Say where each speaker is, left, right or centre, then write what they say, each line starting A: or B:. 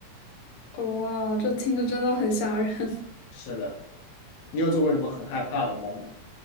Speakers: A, on the left; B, on the left.
A: 哦，哇，这听着真的很吓人。
B: 是的，你有做过什么很害怕的梦吗？